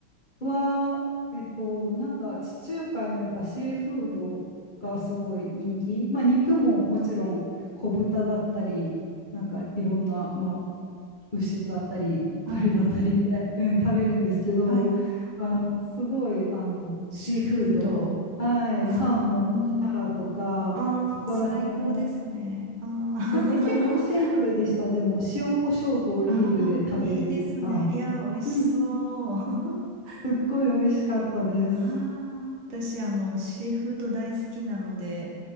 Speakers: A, on the left (about 25°); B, on the right (about 70°).
A: は、えっと、なんか地中海のやっぱシーフードがすごい人気、まあ、肉ももちろん小豚だったり、なんかいろんな、まあ、牛だったり、
B: はい、
A: 鳥だったりってうん、食べるんですけど、
B: はい。
A: あの、すごい、あの、
B: シーフード。
A: シーフード、はい、
B: あ
A: サーモンとかタラとか、
B: あ、
A: そこら辺も
B: ああ、最高ですね。ああ、
A: なんか結構シンプルでした。でも、塩コショウとオリーブで食べるとか、
B: <laughs> ああ、いいですね。いやー、美味しそう。
A: うんうん。
B: <laughs>
A: すっごい美味しかったです。
B: ああ、私、あの、シーフード大好きなので、